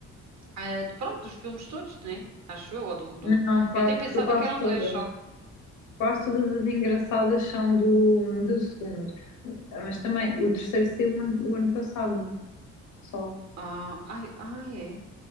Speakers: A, on the right; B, on the left.
A: ah, de- pronto, dos filmes todos, né? Acho eu, ou do, do-
B: não, quase,
A: Eu até pensava
B: to- quase
A: que eram
B: todas.
A: dois só.
B: Quase todas as engraçadas são do, do segundo. Mas também o terceiro saiu o ano o ano passado só.
A: Ah, ai, ai, é.